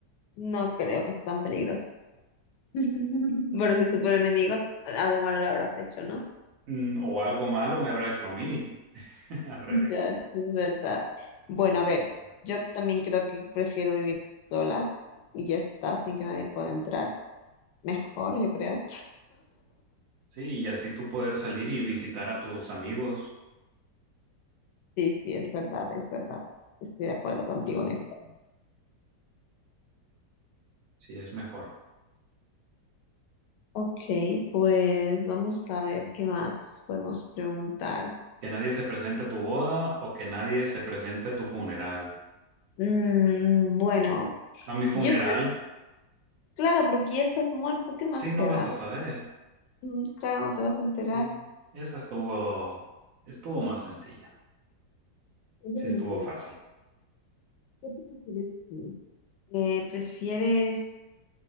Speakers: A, on the left (about 75°); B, on the right (about 55°).
A: no creo que sea tan peligroso. <laughs> Bueno, si es tu peor enemigo, algo malo le habrás hecho, ¿no?
B: Mm, o algo malo me habrá hecho a mí. <laughs> Al revés.
A: Ya, eso es verdad. Bueno,
B: Sí.
A: a ver, yo también creo que prefiero vivir sola y ya está, sin que nadie pueda entrar. Mejor, yo creo.
B: Sí, y así tú poder salir y visitar a tus amigos.
A: Sí, sí, es verdad, es verdad. Estoy de acuerdo contigo
B: Ajá.
A: en esto.
B: Sí, es mejor.
A: Ok, pues vamos a ver qué más podemos preguntar.
B: Que nadie se presente a tu boda o que nadie se presente a tu funeral.
A: Mm, bueno,
B: A mi funeral,
A: yo, claro, porque ya estás muerto, ¿qué más
B: sí, no
A: te
B: vas
A: da?
B: a saber.
A: Mm, claro, no te vas a enterar.
B: Sí, esa estuvo, estuvo más sencilla.
A: Es lo
B: Sí,
A: más
B: estuvo
A: triste.
B: fácil.
A: ¿Qué prefieres tú? Eh, ¿prefieres